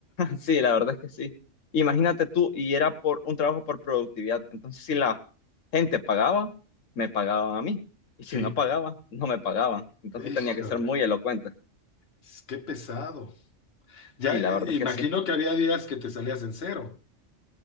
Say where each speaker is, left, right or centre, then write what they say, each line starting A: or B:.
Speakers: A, on the left (about 85°); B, on the left (about 55°).
A: Sí, la verdad es que sí. Imagínate tú, y era por un trabajo por productividad. Entonces, si la gente pagaba, me pagaban a mí. Y
B: Sí,
A: si no pagaba, no me pagaban. Entonces
B: híjole,
A: tenía que ser muy elocuente.
B: es- qué pesado. Ya,
A: Sí,
B: eh,
A: la verdad es
B: imagino
A: que sí.
B: que había días que te salías en cero.